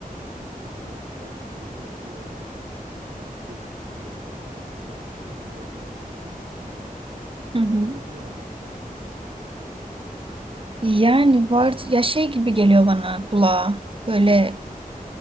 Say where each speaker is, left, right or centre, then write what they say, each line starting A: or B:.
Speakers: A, on the right; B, on the right.
A: Ama şimdi nohutla dürüm yapıyorlar. Ya nasıl olabilir ki ekstra ne güzel olabilir diye düşünüyorum.
B: Hı hı.
A: Ya bulamıyorum açıkçası.
B: Yani var ya şey gibi geliyor bana kulağa. Böyle